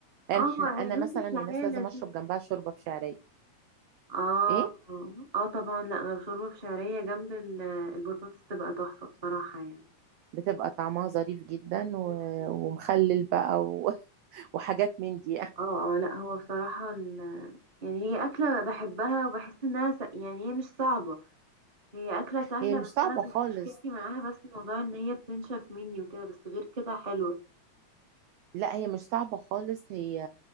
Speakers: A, on the right; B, on the right.
A: يعني
B: اه
A: احنا انا
B: الرز
A: مثلا
B: بالشعريه
A: من الناس لازم
B: لذيذ
A: اشرب جنبها شوربة بشعرية
B: اه
A: ايه
B: اه طبعا لا لو شوربة بشعرية جنب ال- البطاطس تبقى تحفة بصراحة يعني
A: بتبقى طعمها ظريف جدا و...
B: مم.
A: ومخلل بقى و... <laughs> وحاجات من دي
B: اه اه لا هو بصراحة ال... يعني هي أكلة بحبها وبحس إنها س... يعني هي مش صعبة هي أكلة سهلة
A: هي مش
B: بس
A: صعبة
B: أنا كنت
A: خالص
B: مشكلتي معاها بس موضوع إن هي بتنشف مني وكده بس غير كده حلوة
A: لا هي مش صعبة خالص هي